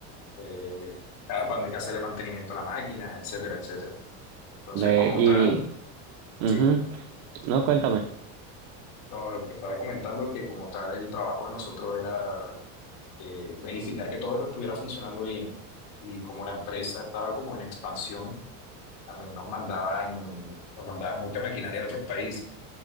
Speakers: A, on the left (about 70°); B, on the right (about 75°).
A: eh, cada cuándo hay que hacerle mantenimiento a la máquina, etcétera, etcétera. Entonces,
B: ve
A: como
B: y.
A: tal,
B: mhm
A: sí,
B: No, cuéntame.
A: no, lo que estaba comentando, que como tal el trabajo de nosotros era eh, verificar que todo eso estuviera funcionando bien. Y como la empresa estaba como en expansión, también nos mandaban, nos mandaban mucha maquinaria de otros países,